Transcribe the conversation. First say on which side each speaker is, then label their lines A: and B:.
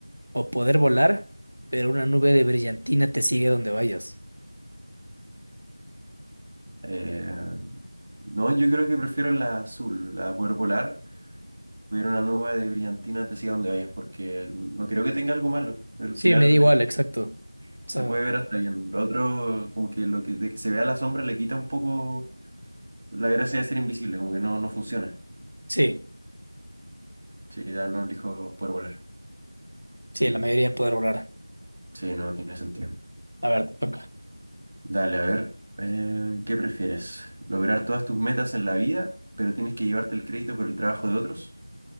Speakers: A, on the right (about 75°); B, on the right (about 30°).
A: O poder volar, pero una nube de brillantina te sigue donde vayas.
B: Eh, no, yo creo que prefiero la azul, la de poder volar, tuviera una nube de brillantina te siga donde vayas, porque no creo que tenga algo malo. Al
A: Sí,
B: final
A: me da igual, exacto. O
B: se
A: sea,
B: puede ver hasta bien. Lo otro, como que lo que, de que se vea la sombra le quita un poco la gracia de ser invisible, como que no, no funciona.
A: sí,
B: Sí, ya no elijo por volar.
A: sí,
B: Sí,
A: la mayoría poder volar.
B: sí, no tiene sentido.
A: A ver, te toca.
B: Dale, a ver, eh, ¿qué prefieres? ¿Lograr todas tus metas en la vida, pero tienes que llevarte el crédito por el trabajo de otros?